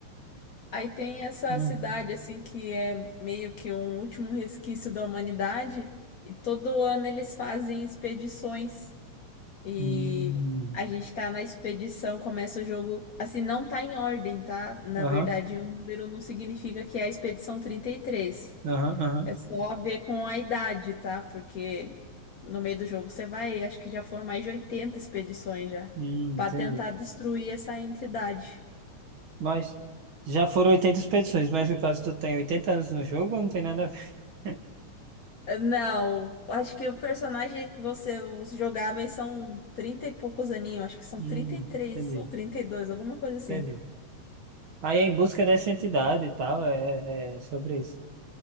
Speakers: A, on the left; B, on the right.
A: Aí tem essa
B: Hum.
A: cidade, assim, que é meio que um último resquício da humanidade e todo ano eles fazem expedições. E
B: Hum.
A: a gente tá na expedição, começa o jogo. Assim, não tá em ordem, tá? Na
B: Aham,
A: verdade, o número não significa que é a expedição trinta e três
B: aham, aham.
A: É só a ver com a idade, tá? Porque no meio do jogo você vai, acho que já foram mais de 80 expedições já,
B: Hum,
A: pra
B: entendi.
A: tentar destruir essa entidade.
B: Mas já foram 80 expedições, mas no caso tu tem oitenta anos no jogo, não tem nada a ver. <laughs>
A: Não, acho que o personagem que você, os jogáveis são 30 e poucos aninhos, acho que são
B: Hum,
A: trinta e três
B: entendi,
A: ou trinta e dois alguma coisa assim.
B: entendi. Aí é em busca dessa entidade e tal, é, é é sobre isso.